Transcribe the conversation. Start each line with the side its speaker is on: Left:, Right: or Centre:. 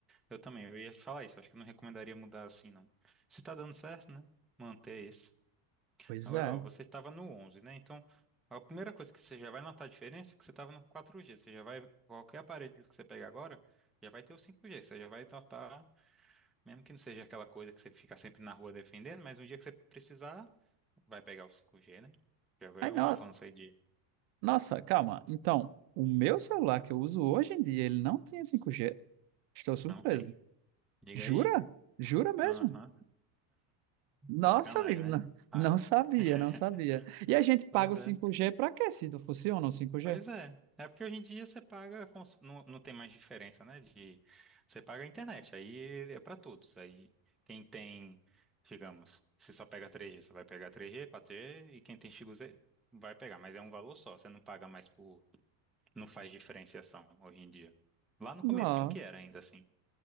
Centre: Eu também, eu ia te falar isso, acho que eu não recomendaria mudar assim, não. Se está dando certo, né? Manter isso.
Right: Pois
Centre: Agora,
Right: é.
Centre: ó, você estava no 11, né? Então, a primeira coisa que você já vai notar a diferença é que você estava no 4G. Você já vai, qualquer aparelho que você pegar agora, já vai ter o 5G. Você já vai notar, mesmo que não seja aquela coisa que você fica sempre na rua defendendo, mas um dia que você precisar, vai pegar o 5G, né? Já vai
Right: ai
Centre: um
Right: no...
Centre: avanço aí de...
Right: Nossa, calma. Então, o meu celular que eu uso hoje em dia, ele não tinha cinco g Estou surpreso.
Centre: Não tem. Diga
Right: Jura?
Centre: aí.
Right: Jura mesmo?
Centre: Aham.
Right: Nossa,
Centre: É sacanagem,
Right: amigo,
Centre: né?
Right: não,
Centre: Ah.
Right: não sabia,
Centre: <laughs>
Right: não sabia. E a gente paga
Centre: Pois
Right: o cinco
Centre: é.
Right: g para quê, se não funciona o cinco g
Centre: Pois é. É porque hoje em dia você paga, cons- não, não tem mais diferença, né? De você paga a internet, aí é para todos. Aí quem tem, digamos, se só pega três g você vai pegar três g quatro g e quem tem XG vai pegar, mas é um valor só, você não paga mais por, não faz diferenciação hoje em dia. Lá no
Right: Nossa,
Centre: comecinho que era ainda assim.